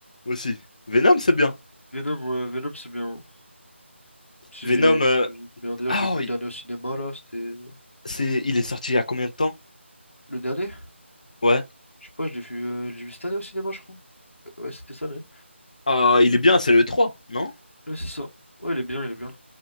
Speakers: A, on the left; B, on the left.
A: aussi. Venom, c'est bien.
B: Venom, ouais, Venom, c'est bien. C'est
A: Venom, euh,
B: c'est bien. D'ailleurs,
A: ah,
B: j'ai vu
A: oui,
B: le dernier au cinéma là, c'était.
A: c'est, il est sorti il y a combien de temps?
B: Le dernier?
A: Ouais.
B: Je sais pas, je l'ai vu, euh, je l'ai vu cette année au cinéma, je crois. Ouais, ouais, c'était ça, l'année.
A: Ah, il est bien, c'est le trois non?
B: Ouais, c'est ça. Ouais, il est bien, il est bien.